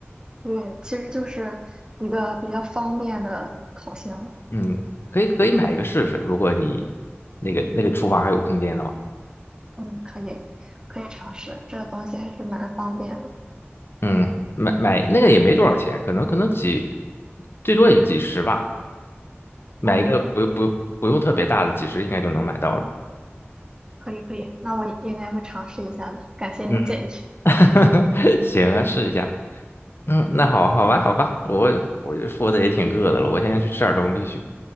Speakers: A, on the right (about 20°); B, on the left (about 60°).
A: 对，其实就是一个比较方便的烤箱。
B: 嗯，可以可以买一个试试，如果你那个那个厨房还有空间的话。
A: 嗯，可以可以尝试，这个东西还是蛮方便的。
B: 嗯，买买那个也没多少钱，可能可能几，最多也就几十吧，买一个不不不用特别大的，
A: 嗯，
B: 几十应该就能买到了。
A: 可以可以，那我应该会尝试一下的，感谢你的建议。
B: 嗯，<laughs> 行啊，试一下。嗯，那好好吧，好吧，我我就说的也挺饿的了，我现在去吃点东西去。